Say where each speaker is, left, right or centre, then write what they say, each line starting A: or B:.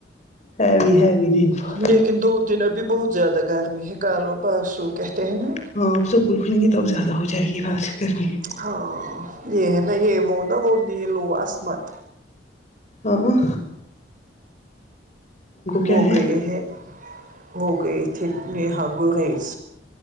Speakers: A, on the left; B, on the right.
A: heavy heavy rainfall
B: لیکن دو دن ابھی بہت زیادہ گرمی ہے کال پارسو کہتے ہیں نا
A: ہاں آپ اسکول کھلیں گے تو اب زیادہ ہو جائے گی بس گرمی
B: ہاں یہ ہے نا یہ وہ نا وہ نیلو عصمت
A: آہاں کیا
B: وہ
A: ہے
B: گئے ہیں ہو گئی تھے نیہا گوریز